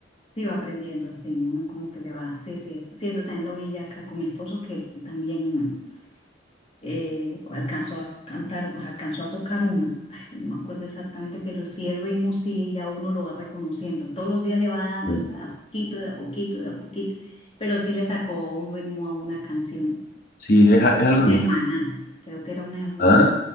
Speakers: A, on the left; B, on the left.
A: Sí, va aprendiendo, sí, uno como que le va, sí, sí, eso, sí, eso también lo vi ya acá con mi esposo, que él también eh, alcanzó a cantar, alcanzó a tocar una, ay, pero no me acuerdo exactamente, pero sí el ritmo sí, ya uno lo va reconociendo, todos los días le va,
B: Sí.
A: o sea, a poquito, de a poquito, de a poquito, pero sí le sacó un ritmo a una canción,
B: Sí, es, a- es algo bien.
A: de Maná, creo que era una de
B: Ah,
A: Maná.